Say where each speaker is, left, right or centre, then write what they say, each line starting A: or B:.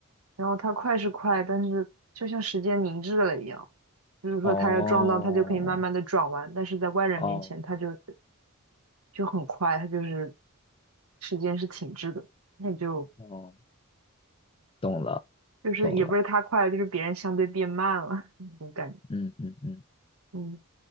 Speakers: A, on the right (about 80°); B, on the left (about 25°).
A: 然后他快是快，但是就像时间凝滞了一样，就是说他要撞到，
B: 哦
A: 他就可以慢慢的转弯，但是在外人面前，
B: 哦
A: 他就就很快，他就是时间是停滞的，那就
B: 哦，懂了
A: 就是也不是它快了，
B: 懂了，
A: 就是别人相对变慢了 <laughs> 那种感觉，
B: 嗯嗯嗯
A: 嗯，